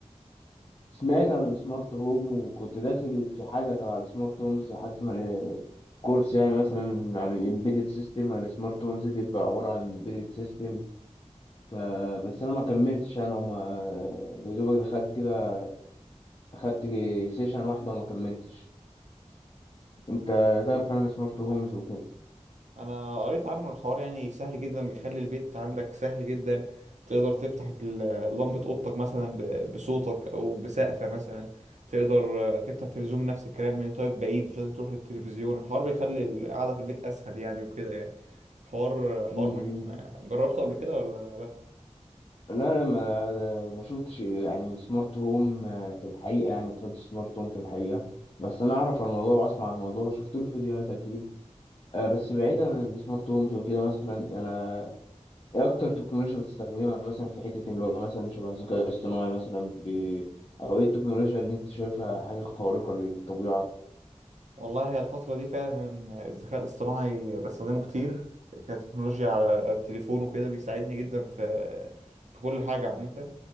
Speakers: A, on the left; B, on the right.
A: سمعت عن السمارت هوم وكنت داخل في حاجة تبع السمارت هومز حاجة اسمها إيه؟ كورس يعني مثلا عن الإمبيدد سيستم عن السمارت هومز دي بتبقى عبارة عن إمبيدد سيستم فبس أنا ما كملتش أنا وما يا دوبك دخلت كده أخدت سيشن واحدة وما كملتش أنت تعرف عن السمارت هومز وكده
B: انا قريت عنه الحوار يعني سهل جدا بيخلي البيت عندك سهل جدا تقدر تفتح ال- لمبة اوضتك مثلا ب- بصوتك او بسقفة مثلا تقدر آه، تفتح تلفزيون نفس الكلام من انت واقف بعيد مش لازم تروح للتلفزيون الحوار بيخلي القعدة في البيت اسهل يعني وكده يعني حوار حوار
A: مم.
B: مهم آه، جربته قبل كده ولا لا
A: لا لما ما ما شفتش يعني سمارت هوم آه، في الحقيقة يعني ما دخلتش سمارت هوم في الحقيقة بس أنا أعرف عن الموضوع وأسمع عن الموضوع شفت له فيديوهات أكيد آه، بس بعيدا عن السمارت هومز وكده مثلا أنا إيه أكتر تكنولوجيا بتستخدمها مثلا في حتة اللي هو مثلا شبه الذكاء الاصطناعي مثلا ب... أو إيه التكنولوجيا اللي أنت شايفها حاجة خارقة للطبيعة؟
B: والله هي الفترة دي فعلا الذكاء الاصطناعي بستخدمه كتير كتكنولوجيا على التليفون وكده بيساعدني جدا في في كل حاجة عامة